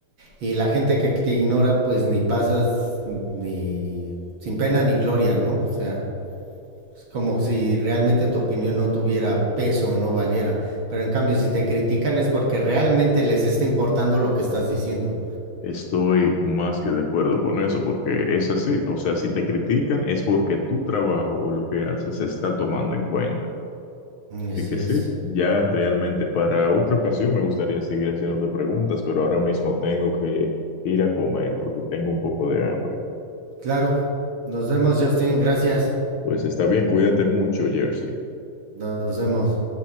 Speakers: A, on the right (about 65°); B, on the left (about 75°).
A: Y la gente que te ignora, pues ni pasas ni sin pena ni gloria, ¿no? O sea, Es como si realmente tu opinión no tuviera peso o no valiera. Pero en cambio, si te critican es porque realmente les está importando lo que estás diciendo.
B: Estoy más que de acuerdo con eso, porque
A: Ujú.
B: es así. O sea, si te critican es porque tu trabajo o lo que haces se está tomando en cuenta. Así
A: Así
B: que sí,
A: es.
B: ya realmente para otra ocasión me gustaría seguir haciéndote preguntas, pero ahora mismo tengo que ir a comer porque tengo un poco de hambre.
A: Claro. Nos vemos, Justin. Gracias.
B: Pues está bien, cuídate mucho, Jersey.
A: Nos vemos.